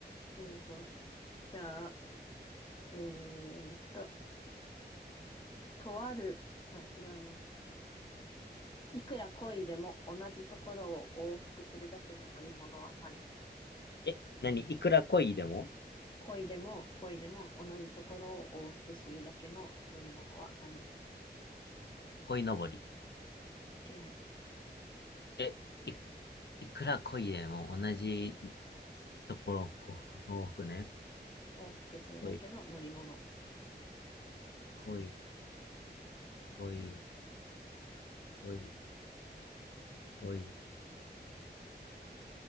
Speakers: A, on the left; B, on the left.
A: ありがとう。じゃあ、えーっと、とある、あ、違うな。いくら恋でも同じところを往復するだけの乗り物は何
B: え、何いくら恋でも
A: 恋でも恋でも同じところを往復するだけの乗り物は何
B: 恋のぼり。
A: 違います。
B: え、い、いくら恋でも同じところを幸福、幸福ね。
A: 往復するだけの乗り物。
B: 恋、恋、恋、恋、恋。